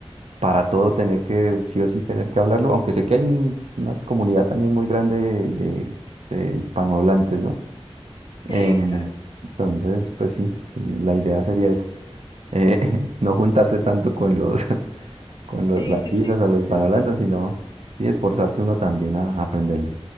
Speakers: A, on the right (about 75°); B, on the left (about 45°).
A: para todo tener que, sí o sí tener que hablarlo, aunque sé que hay un- una comunidad también muy grande de, de- de hispanohablantes, ¿no?
B: sí,
A: Eh,
B: claro.
A: entonces, pues sí, la idea sería esa, eh, <laughs> no juntarse tanto con los, <laughs> con los
B: Sí,
A: latinos,
B: sí, sí, con
A: a los
B: los-
A: hispanohablantes, sino sí esforzarse uno también a a aprenderlo.